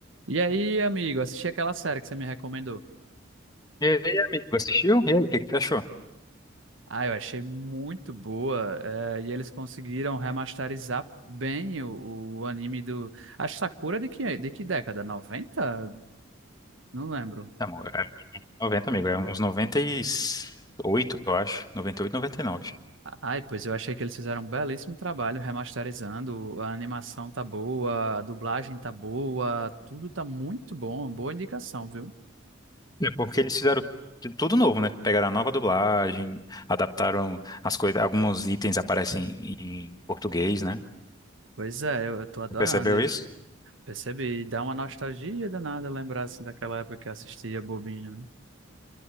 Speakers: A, on the right; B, on the left.
A: E aí, amigo, assisti aquela série que você me recomendou.
B: E aí, amigo, assistiu? E aí, o que que você achou?
A: Ah, eu achei muito boa. eh, e eles conseguiram remasterizar bem o, o anime do. A Sakura de que, de que década? 90? Não lembro.
B: Tá, amor, é 90, amigo, é uns 98, eu acho. 98, 99.
A: Ah, Ai, pois eu achei que eles fizeram um belíssimo trabalho remasterizando. A animação tá boa, a dublagem tá boa, tudo tá muito bom. Boa indicação, viu?
B: É porque eles fizeram tu- tudo novo, né? Pegaram a nova dublagem, adaptaram as coisas, alguns itens aparecem em em português, né?
A: Pois é, eu, eu tô adorando.
B: Você Percebeu
A: E
B: isso?
A: percebi, dá uma nostalgia danada lembrar assim daquela época que eu assistia bobinha, né?